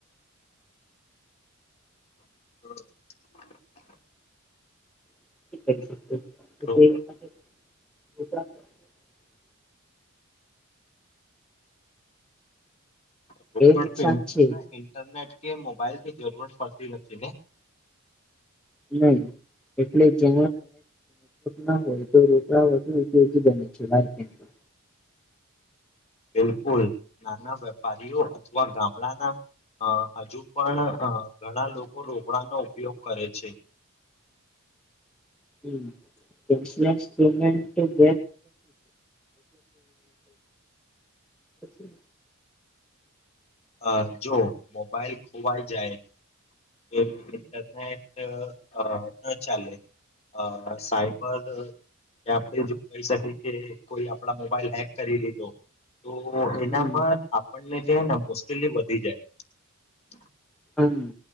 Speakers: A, on the left; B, in the centre.
A: હમ્મ.
B: કરી સકે
A: રો-
B: તે
A: <unintelligible>
B: એ નુકસાન છે
A: ઇન્ટરનેટ કે મોબાઈલ થી જરૂરત પડતી નથી ને.
B: નહી એટલે જે ના હોય તો રોકડા વધુ. <unintelligible>
A: બિલકુલ નાના વેપારીઓ અથવા ગામડાના અ હજુ પણ અ ઘણા લોકો રોપડાનો ઉપયોગ કરે છે.
B: હમ્મ. દ <inaudible> <unintelligible>
A: અ જો મોબાઈલ ખોવાઈ જાય, એ ઇન્ટરનેટ અ ન ચાલે, અ સાઈબર કે આપણે જો કહી શકીએ કે કોઈ આપણા મોબાઈલ હેક કરી લીધો, તો એનામાં
B: હમ
A: આપણને જે મુશ્કેલી વધી જાય
B: હમ્મ